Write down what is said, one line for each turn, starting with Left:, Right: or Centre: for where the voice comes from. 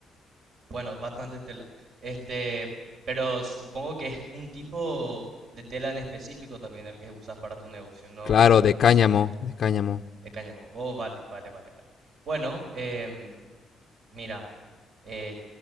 Right: Bueno, bastante tela. Este, pero supongo que es un tipo de tela en específico también el que usas para tu negocio, no
Left: Claro, de cáñamo, de cáñamo.
Right: de cáñamo. Oh, vale, vale, vale, vale. Bueno, em, mira, Eh,